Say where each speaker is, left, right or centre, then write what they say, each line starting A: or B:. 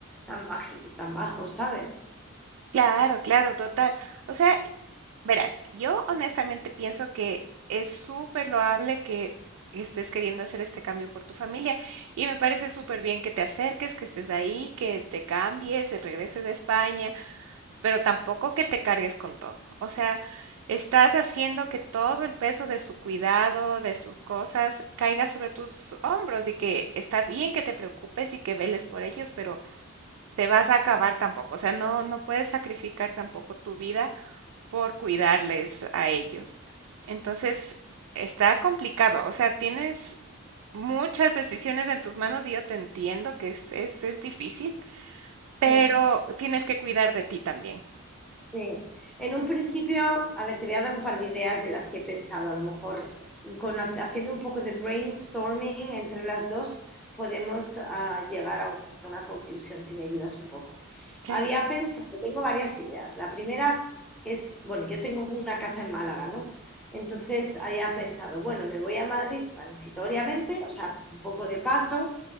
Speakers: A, in the centre; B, on the right (about 70°).
A: tan, baji- tan bajos, ¿sabes?
B: claro, claro, total. O sea, Verás, yo honestamente pienso que es súper loable que estés queriendo hacer este cambio por tu familia y me parece súper bien que te acerques, que estés ahí, que te cambies, regreses a España, pero tampoco que te cargues con todo. O sea, estás haciendo que todo el peso de su cuidado, de sus cosas, caiga sobre tus hombros y que está bien que te preocupes y que veles por ellos, pero te vas a acabar tampoco. O sea, no, no puedes sacrificar tampoco tu vida por cuidarles a ellos. Entonces, está complicado, o sea, tienes muchas decisiones en tus manos y yo te entiendo que es, es, es difícil, pero
A: Sí.
B: tienes que cuidar de ti también.
A: Sí, en un principio, a ver, te voy a dar un par de ideas de las que he pensado. A lo mejor con, ha- haciendo un poco de brainstorming entre las dos podemos ah, llegar a una conclusión, si me ayudas un poco.
B: Claro,
A: Había pensado, tengo varias ideas. La primera es, bueno, yo tengo una casa en Málaga, ¿no? Entonces había pensado, bueno, me voy a Madrid transitoriamente, o sea, un poco de paso